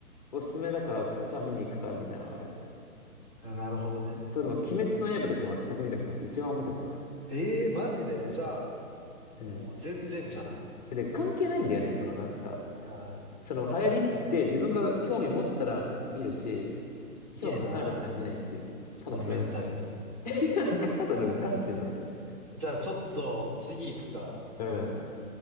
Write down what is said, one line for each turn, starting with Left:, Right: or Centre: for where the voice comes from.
Left: おすすめだからっつって、じゃあ見に行くか、みたいなのある。
Right: あなるほどね。
Left: それでも、鬼滅の刃とか全く見たことない。一番も見たことない。
Right: ええマジでじゃあ、
Left: うん。
Right: もう全然じゃない。
Left: で、関係ないんだよね、そのなんか。
Right: あー、
Left: その流行りって言って、自分が興味持ったら見るし、
Right: すげえな。
Left: 興味持たなかったら見ないっていう。
Right: そのメンタリティ。
Left: ただそれだけ。<laughs> なんかただの無関心なんだよね。
Right: じゃあちょっと次行くか。
Left: うん